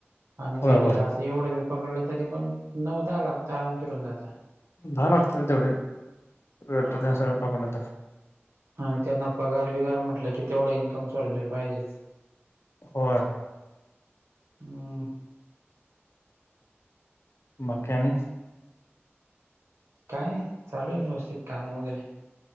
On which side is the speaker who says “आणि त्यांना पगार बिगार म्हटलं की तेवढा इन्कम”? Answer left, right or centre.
Right